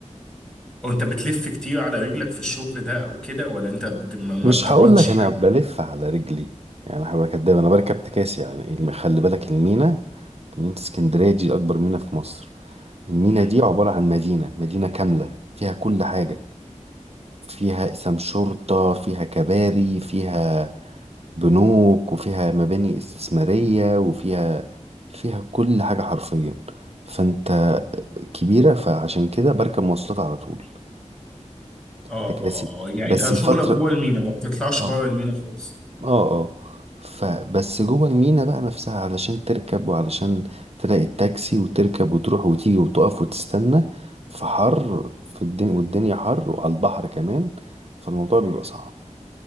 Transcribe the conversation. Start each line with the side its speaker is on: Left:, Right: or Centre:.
Centre: وانت بتلف كتير على رجلك في الشغل ده او كده ولا انت بت... ما ما
Right: مش
Centre: بتقعدش
Right: هقول لك
Centre: يعني
Right: انا بلف على رجلي يعني هبقى كداب انا بركب تكاسي يعني الم- خلي بالك المينا مينا اسكندريه دي اكبر مينا في مصر المينا
Centre: مم.
Right: دي عباره عن مدينه مدينه كامله فيها كل حاجه فيها قسم شرطه فيها كباري فيها بنوك وفيها مباني استثماريه وفيها فيها كل حاجه حرفيا فانت كبيره فعشان كده بركب مواصلات على طول
Centre: اه
Right: تكاسي
Centre: اه اه يعني
Right: بس
Centre: انت شغلك
Right: الفتره
Centre: جوه المينا ما بتطلعش
Right: آه،
Centre: بره المينا خالص
Right: اه اه فبس جوه المينا بقى نفسها علشان تركب وعلشان تلاقي التاكسي وتركب وتروح وتيجي وتقف وتستنى في حر في الدنيا والدنيا حر وعلى البحر كمان فالموضوع بيبقى صعب